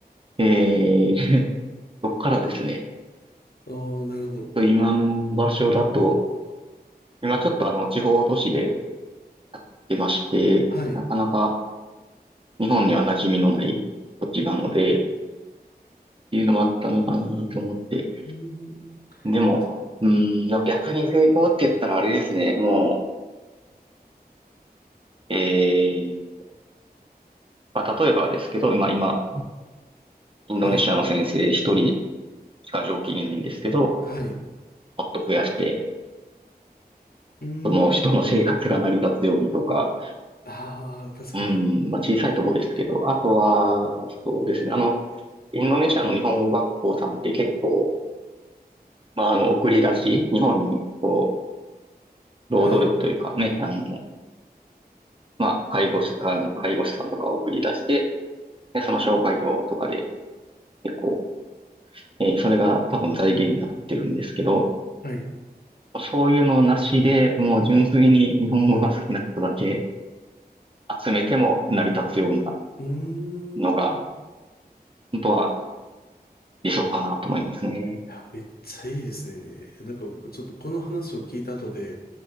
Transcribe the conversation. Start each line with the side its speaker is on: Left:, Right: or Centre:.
Right: えー、<laughs> そこからですね、
Left: ああー、なるほど。
Right: 今の場所だと、今ちょっとあの地方都市で、やってまして、
Left: はい。
Right: なかなか日本には馴染みのない土地なので、っていうのもあったのかなと思って。
Left: うーん
Right: でも、
Left: じ
Right: うーん、でも逆に成功って言ったらあれですね。もう、えー、まあ、例えばですけど、今、今、インドネシアの先生一人
Left: はい。
Right: しか常勤いないんですけど、
Left: はい。
Right: もっと増やして、
Left: うーん。
Right: その人の生活が成り立つようにとか、
Left: ああ、確かに。
Right: うん、まあ、小さいとこですけど、あとは、そうですね。あの、インドネシアの日本語学校さんって結構、まあ、あの、送り出し、日本に、こう、
Left: はい。
Right: 労働力というかね、あの、まあ、介護士、か介護士さんとかを送り出して、で、その紹介料とかで、結構、えーそれが多分財源になってるんですけど、
Left: はい。
Right: そういうのなしで、もう純粋に日本語が好きな人だけ集めても成り立つような
Left: うー
Right: のが、
Left: ん。い
Right: 本当は理想かなと思いますね。
Left: や、めっちゃいいですね。なんか僕ちょっとこの話を聞いた後で、